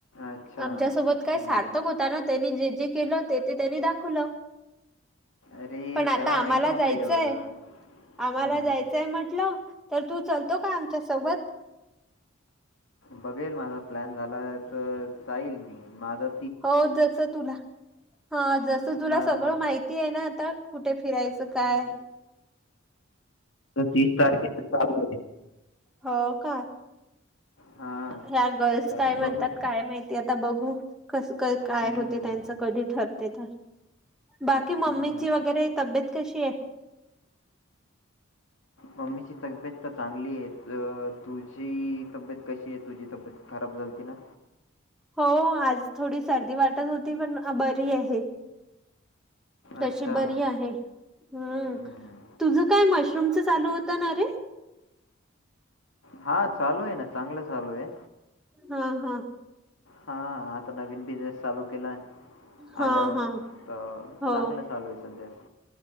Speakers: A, on the left (about 80°); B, in the centre.
A: अच्छा.
B: आमच्यासोबत काय
A: हं.
B: सार्थक होता ना, त्यांनी जे जे केलं ते ते त्यांनी दाखवलं.
A: अरे,
B: पण आता
A: त्याला माहीत
B: आम्हाला
A: नव्हतं
B: जाय
A: एवढं.
B: <unintelligible> आम्हाला
A: हं.
B: जायचंय म्हंटल. तर तू चालतो का आमच्या सोबत
A: बघेन माझा प्लॅन झाला तर जाईल मी. माझं
B: हो जसं तुला हा जसं तुला
A: माझा
B: सगळं माहित ती आहे ना आता, कुठे फिरायचं
A: हं.
B: काय
A: त तीस तारखेच चालू आहे.
B: हो का,
A: हां.
B: ह्या गर्ल्स
A: तर
B: काय म्हणतात
A: बघू.
B: काय माहिती. ते आता बघू. कसं काय काय
A: हं,
B: होते त्यांचं कधी ठरते त बाकी
A: हं.
B: मम्मीची वगैरे तब्येत कशी आहे?
A: मम्मीची तब्येत त चांगली आहे. त.. तुझी तब्येत कशी आहे तुझी तब्येत? खराब झालती ना,
B: हो आज थोडी सर्दी वाटत होती. पण बरी आहे. तशी
A: अच्छा.
B: बरी आहे. हम्म,
A: हं.
B: तुझ काय मशरूमच चालू होत ना रे.
A: हा चालू आहे ना, चांगल चालू आहे.
B: हा हा,
A: हा आता नवीन बिझनेस चालू केलाय.
B: हा
A: आल्यावर
B: हा
A: त
B: हो
A: चागलं चालू आहे संध्या.